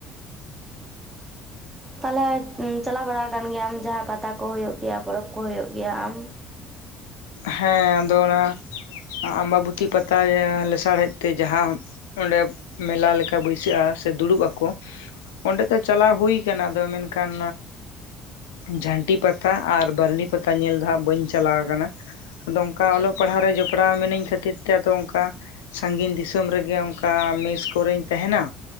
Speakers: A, on the right; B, on the left.
A: ᱛᱟᱞᱦᱮ ᱪᱟᱞᱟᱣ ᱵᱟᱲᱟ ᱟᱠᱟᱱ ᱜᱮᱭᱟᱢ, ᱡᱟᱦᱟᱸ ᱯᱟᱛᱟ ᱠᱚ ᱦᱩᱭᱩᱜ ᱜᱮᱭᱟ, ᱯᱚᱨᱚᱵᱽ ᱠᱚ ᱦᱩᱭᱩᱜ ᱜᱮᱭᱟ ᱟᱢ?
B: ᱦᱮᱸ ᱟᱫᱚ ᱚᱱᱟ, ᱟᱢᱵᱟᱵᱚᱛᱤ ᱯᱟᱛᱟ ᱜᱮ ᱞᱮᱥᱟᱲᱦᱮᱫ ᱛᱮ ᱡᱟᱦᱟᱸ ᱚᱱᱰᱮ ᱢᱮᱞᱟ ᱞᱮᱠᱟ ᱵᱟᱹᱭᱥᱟᱹᱜᱼᱟ, ᱥᱮ ᱫᱩᱲᱩᱵ ᱟᱠᱚ ᱚᱸᱰᱮ ᱫᱚ ᱪᱟᱞᱟᱣ ᱦᱩᱭᱩ ᱠᱟᱱᱟ, ᱟᱫᱚ ᱢᱮᱱᱠᱷᱟᱱ ᱡᱷᱟᱱᱴᱤ ᱯᱟᱛᱟ ᱟᱨ ᱵᱟᱨᱱᱤ ᱯᱟᱛᱟ ᱧᱮᱞ ᱫᱚ ᱦᱟᱸᱜ, ᱵᱟᱹᱧ ᱪᱟᱞᱟᱣ ᱟᱠᱟᱱᱟ᱾ ᱟᱫᱚ ᱚᱱᱠᱟ ᱚᱞᱚᱜ ᱯᱟᱲᱦᱟᱣ ᱨᱮ ᱡᱚᱯᱲᱟᱣ ᱢᱤᱱᱟᱹᱧ ᱠᱷᱟᱹᱛᱤᱨ ᱛᱮ, ᱟᱫᱚ ᱚᱱᱠᱟ ᱥᱟᱺᱜᱤᱧ ᱫᱤᱥᱚᱢ ᱨᱮᱜᱮ, ᱚᱱᱠᱟ ᱢᱮᱥ ᱠᱚᱨᱮᱧ ᱛᱟᱦᱮᱱᱟ,